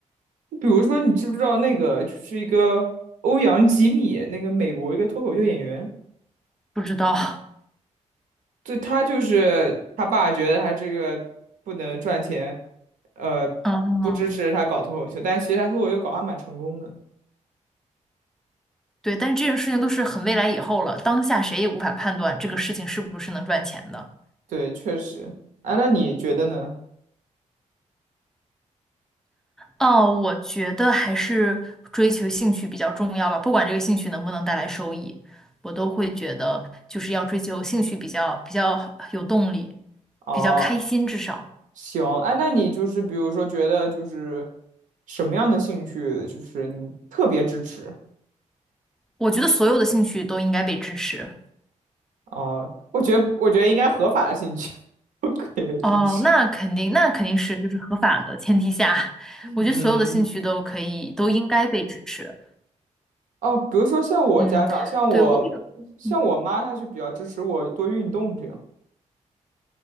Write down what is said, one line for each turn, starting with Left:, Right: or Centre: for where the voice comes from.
Right: 比如说，你知不知道那个就是一个欧阳吉米，那个美国一个脱口秀演员，
Centre: 不知道，
Right: 对他就是他爸觉得他这个不能赚钱，呃，
Centre: 嗯，
Right: 不支持他搞脱口秀，但其实他脱口秀搞得还蛮成功的。
Centre: 对，但是这件事情都是很未来以后了，当下谁也无法判断这个事情是不是能赚钱的。
Right: 对，确实。啊，那你觉得呢？
Centre: 哦，我觉得还是追求兴趣比较重要吧，不管这个兴趣能不能带来收益，我都会觉得就是要追求兴趣比较比较有动力，
Right: 哦，
Centre: 比较开心，至少。
Right: 行，哎，那你就是比如说觉得就是什么样的兴趣，就是你特别支持
Centre: 我觉得所有的兴趣都应该被支持。
Right: 啊？我觉得我觉得应该合法的兴趣 <laughs> 都可以被支持。
Centre: 哦，那肯定，那肯定是就是合法的前提下，
Right: 嗯嗯。
Centre: 我觉得所有的兴趣都可以，都应该被支持。
Right: 哦，比如说像我家长，
Centre: 嗯，
Right: 像我像我妈，
Centre: 对，我一嗯
Right: 她就比较支持我多运动这样